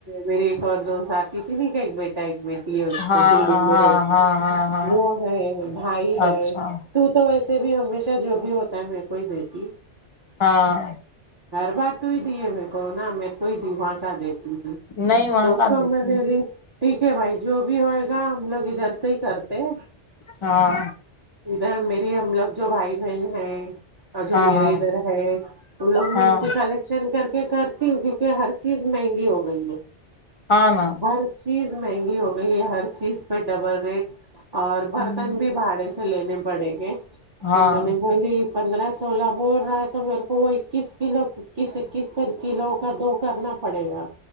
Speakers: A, on the right (about 25°); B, on the left (about 30°).
A: میری ایک اور دوست آتی تھی نہ کہ ایک بیٹا ایک بیٹی ہے اس
B: ہاں
A: کو بلڈینگ
B: ہاں
A: میں رہتی
B: ہاں
A: ہے
B: ہاں ہاں
A: وہ ہے بھائی ہے
B: اچھا
A: تو تو ویسے بھی ہمیشہ جو بھی ہوتا ہے میں کو ہی دیتی
B: ہاں
A: ہر بار توہی دی ہے میں کو نہ میرے کو دی وہاں کا دیتی تھی
B: نہیں وہاں
A: <unintelligible>
B: کہاں دیتی
A: ٹھیک ہے بھائی جو بھی ہوئے گا ہم لوگ ادھر سے ہی کرتے ہیں
B: ہاں
A: ادھر میری ہم لوگ جو بھائی بہن ہیں اور جو
B: ہاں
A: میرے
B: ہاں
A: ادھر ہے ان لوگ مل
B: ہاں
A: کر کلکٹ شن کر کے کرتی ہوں کیونکہ ہر چیز مہنگی ہو گئی ہے
B: ہاں نا
A: ہر چیز مہنگی ہو گئی ہے ہر چیز پر ڈبل ریٹ اور برتن
B: ہوں
A: بھی بھاڑے سے لینے پڑیں گے
B: ہاں
A: تو میں نے بولی پندرہ سولہ بول رہا ہے تو میرے کو وہ اکیس کلو اکیس اکیس کلو کا دو کرنا پڑے گا